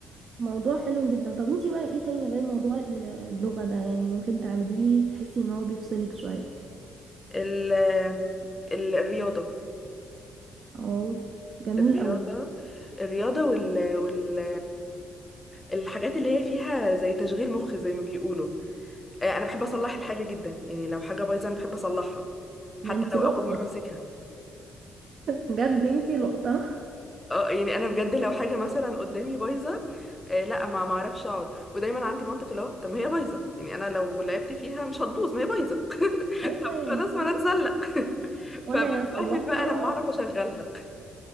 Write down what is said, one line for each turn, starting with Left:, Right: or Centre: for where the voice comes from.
Right: موضوع حلو جدا طب انتي بقى ايه تاني غير موضوع ال- اللغة ده يعني ممكن تعمليه تحسي ان هو بيفصلك شوية
Left: ال ال- الرياضة
Right: اه جميل
Left: الرياضة
Right: قوي
Left: الرياضة وال والحاجات اللي هي فيها زي تشغيل مخ زي ما بيقولوا آه، انا بحب اصلح الحاجه جدا يعني لو حاجه بايظه انا بحب اصلحها حتى
Right: ده انتي
Left: لو
Right: لقطة
Left: اول مره امسكها
Right: بجد انتي لقطة
Left: اه يعني انا بجد لو حاجه مثلا قدامي بايظه آه لا ما ما اعرفش اقعد ودايما عندي منطق اللي هو طب ما هي بايظه يعني انا لو لعبت فيها مش هتبوظ ما هي بايظه <laughs>
Right: ايوه يا
Left: خلاص
Right: حبيبتي
Left: ما انا اتسلق <laughs>
Right: وانا
Left: فبنبهر
Right: اصلحها
Left: بقى لما اعرف اشغلها